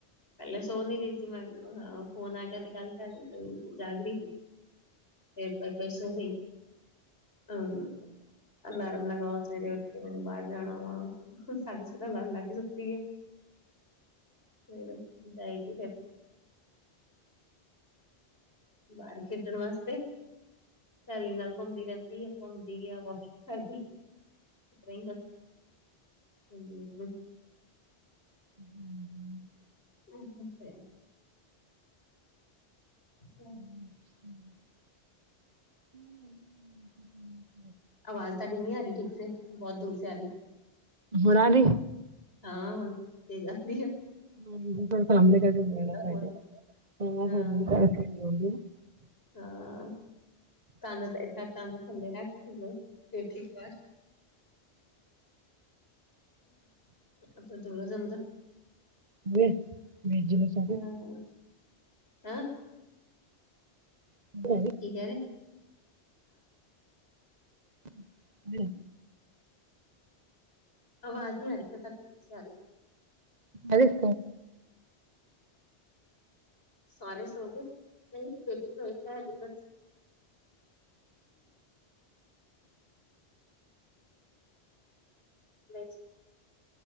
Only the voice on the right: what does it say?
ਹੂੰ,
<inaudible>
ਹੁਣ ਆ ਰੀ।
<inaudible>
<unintelligible> ਨੂੰ ਸਾਰੇ
<unintelligible>
ਹਾਂਜੀ,
ਅਿਸ